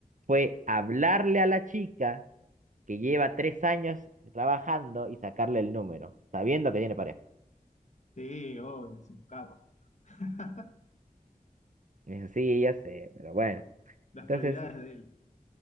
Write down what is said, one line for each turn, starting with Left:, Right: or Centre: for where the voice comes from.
Right: fue hablarle a la chica que lleva tres años trabajando y sacarle el número, sabiendo que tiene pareja.
Left: sí, obvio, es un capo. <laughs>
Right: Y dice, sí, ya sé, pero bueno.
Left: Las
Right: Entonces,
Left: prioridades de él.